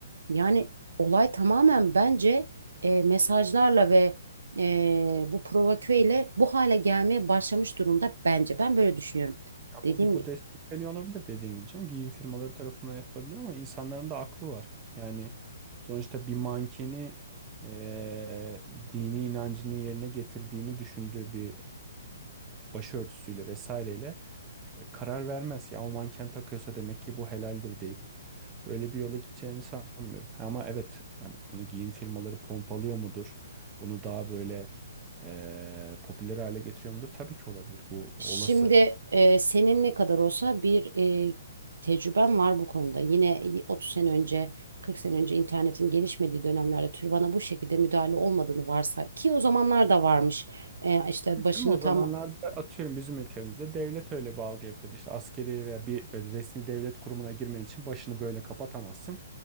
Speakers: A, on the right (about 70°); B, on the right (about 20°).
A: Yani olay tamamen bence e, mesajlarla ve e, bu provokeyle bu hale gelmeye başlamış durumda bence. Ben böyle düşünüyorum.
B: Ya
A: Dediğim
B: bu, bu,
A: gibi.
B: bu destekleniyor olabilir dediğin gibi canım. Giyim firmaları tarafından yapılabilir ama insanların da aklı var. Yani sonuçta bir mankeni eee, dini inancının yerine getirdiğini düşündüğü bir başörtüsüyle vesaireyle e, karar vermez. Ya o manken takıyorsa demek ki bu helaldir deyip böyle bir yola gideceğini sanmıyorum. Ama evet hani bunu giyim firmaları pompalıyor mudur? Bunu daha böyle e, popüler hale getiriyor mudur? Tabii ki olabilir. Bu
A: Şimdi
B: olası.
A: e, senin ne kadar olsa bir e, tecrüben var bu konuda. Yine 30 sene önce, 40 sene önce internetin gelişmediği dönemlerde türbana bu şekilde müdahale olmadığını varsa ki o zamanlar da varmış. E, işte başını
B: Ama o
A: tam
B: zamanlarda atıyorum bizim ülkemizde devlet öyle bir algı yapıyordu. İşte askeri veya bir böyle resmi devlet kurumuna girmen için başını böyle kapatamazsın.